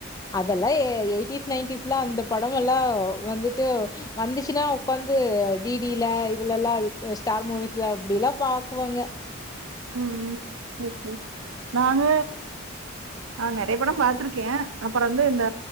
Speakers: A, on the left; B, on the right.
A: அத் அதெல்லா எயிட்டீஸ் நைன்டிஸ் எலா அந்த படம் நல்லா வந்துட்டு வந்துச்சுனா உக்காந்து டிடில இதுல எல்லா ஸ்டார் மூவிஸ்ல அப்படில்லா பாக்குவாங்க
B: உ உ சரி சரி நாங்க நறய படோ பாத்தருக்கே அப்புறோ வந்து இந்த